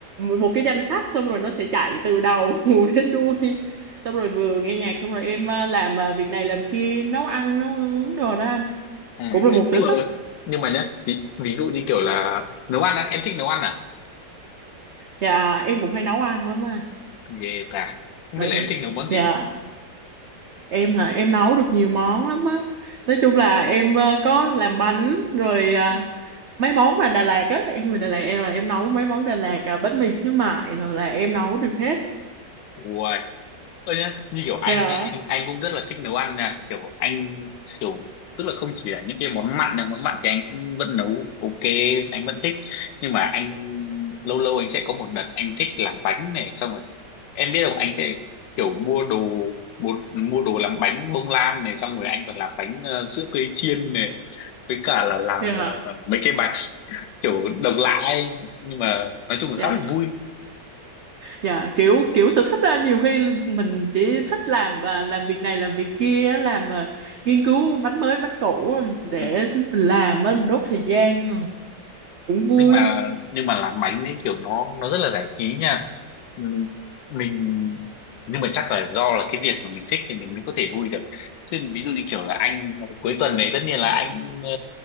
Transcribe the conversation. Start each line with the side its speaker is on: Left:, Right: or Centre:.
Right: một cái danh sách xong rồi nó sẽ chạy từ đầu <laughs> đến đuôi. Xong rồi vừa nghe nhạc xong rồi em à, làm à, việc này làm kia, nấu ăn nấu uống đồ đó anh.
Left: Ừ.
Right: Cũng là một sở
Left: Nhưng mà
Right: thích.
Left: nhưng mà nhá ví, ví dụ như kiểu là nấu ăn á em thích nấu ăn à
Right: Dạ em cũng hay nấu ăn lắm á anh.
Left: ghê ta không
Right: Ờ,
Left: biết là
Right: Dạ
Left: em thích nấu món gì
Right: Dạ, em hả? Em nấu được nhiều món lắm á. Nói chung là em à, có làm bánh rồi à,
Left: ừ.
Right: mấy món mà Đà Lạt á em người Đà Lạt em là em nấu mấy món Đà Lạt à, bánh mì xíu mại rồi là em nấu được hết
Left: Uầy. Ơ nhá như kiểu anh
Right: dạ
Left: nhá anh anh cũng rất là thích nấu ăn nha kiểu anh kiểu tức là không chỉ là những cái món mặn này món mặn thì anh cũng vẫn nấu ok anh vẫn thích nhưng mà anh lâu lâu anh sẽ có một đợt anh thích làm bánh này xong rồi em biết không anh sẽ kiểu mua đồ một mua đồ làm bánh bông lan này xong rồi anh còn làm bánh ờ, sữa tươi chiên này với cả là làm
Right: dạ
Left: ờ, mấy cái bài <laughs> kiểu độc lạ ấy nhưng mà nói chung là
Right: dạ
Left: khá là vui
Right: dạ kiểu kiểu sở thích á nhiều khi mình chỉ thích làm à, làm việc này làm việc kia á, làm à, nghiên cứu bánh mới bánh cũ á, để
Left: ừ.
Right: mình làm á, đốt thời gian à. cũng vui
Left: nhưng mà nhưng mà làm bánh ấy kiểu nó nó rất là giải trí nha ừ. mình nhưng mà chắc là do là cái việc mà mình thích thì mình mới có thể vui được chứ ví dụ như kiểu là anh ờ, cuối tuần này tất nhiên là anh ờ,